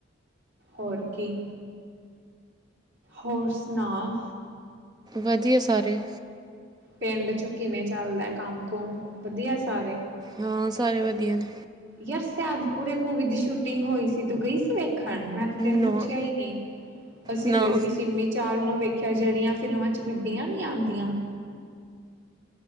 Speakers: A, on the right; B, on the right.
A: ਹੋਰ ਕੀ। ਹੋਰ ਸੁਣਾ।
B: ਵਧੀਆ ਸਾਰੇ।
A: ਪਿੰਡ ਚੋ ਕਿਵੇਂ ਚੱਲਦਾ ਕੰਮ-ਕੁਮ ਵਧੀਆ ਸਾਰੇ।
B: ਹਾਂ ਸਾਰੇ ਵਧੀਆ ਨੇ।
A: ਯਾਰ ਸੇਆਦਪੁਰੇ ਮੂਵੀ ਦੀ ਸ਼ੂਟਿੰਗ ਹੋਈ ਸੀ ਤੂੰ ਗਈ ਸੀ ਵੇਖ ਖਣ ਮੈਂ ਤੇ ਤੈਨੂੰ
B: ਨਾ
A: ਪੁੱਛਿਆ ਹੀ ਨੀ ਅਸੀਂ
B: ਨਾ
A: ਗਏ ਸੀ ਸਿਮੀ ਚਾਲ ਨੂੰ ਵੇਖਿਆ ਜਿਹੜੀਆਂ ਫਿਲਮਾਂ ਚ ਬੀਬੀਆਂ ਨੀ ਆਦੀਆਂ।